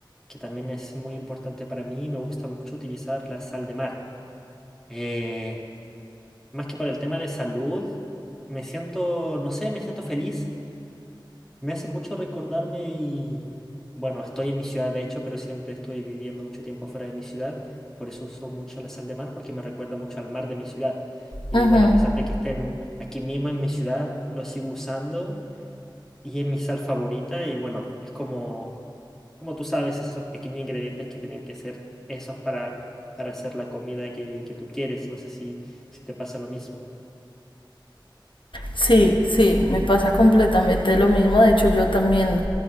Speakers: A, in the centre; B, on the left (about 75°).
A: que también es muy importante para mí, me gusta mucho utilizar la sal de mar. Eh, más que por el tema de salud, me siento, no sé, me siento feliz, me hace mucho recordarme y, bueno, estoy en mi ciudad de hecho, pero siempre estuve viviendo mucho tiempo fuera de mi ciudad, por eso uso mucho la sal de mar porque me recuerda mucho al mar de mi ciudad. Y
B: Ujú.
A: bueno, a pesar de que esté en- aquí mismo en mi ciudad, lo sigo usando y es mi sal favorita y bueno, es como, como tú sabes, esos pequeños ingredientes que tienen que ser esos para, para hacer la comida que, que tú quieres. No sé si, si te pasa lo mismo.
B: Sí, sí, me pasa completamente lo mismo, de hecho yo también